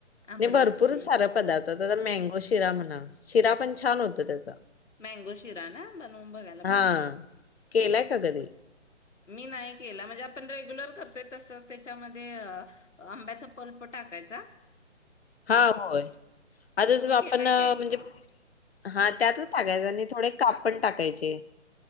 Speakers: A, on the left; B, on the left.
A: आमरसपुरी
B: नाही भरपूर सारा पदार्थ मँगो शिरा म्हणा शिरा पण छान होत त्याचा
A: मँगो शिरा ना बनवून बघायला
B: हा
A: पाहिजे?
B: केलाय का कधी?
A: मी नाही केला म्हणजे आपण रेग्युलर करतोय तसं त्याच्यामध्ये आंब्याचा पल्प टाकायचा?
B: हा, होय, आताच
A: तुम्ही
B: आपण
A: केलाय
B: म्हणजे
A: काय?
B: हा त्यातच टाकायचं आणि थोडे काप पण टाकायचे